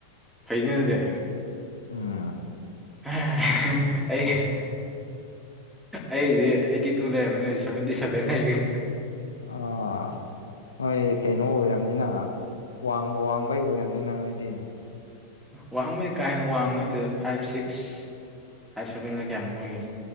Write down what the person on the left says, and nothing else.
ꯑꯥ
ꯑꯥ ꯍꯣꯏ ꯀꯩꯅꯣ ꯑꯣꯏꯔꯝꯅꯤꯅ ꯋꯥꯡ ꯋꯥꯡꯕꯩ ꯑꯣꯏꯔꯝꯅꯤꯅꯥ ꯅꯣꯏꯗꯤ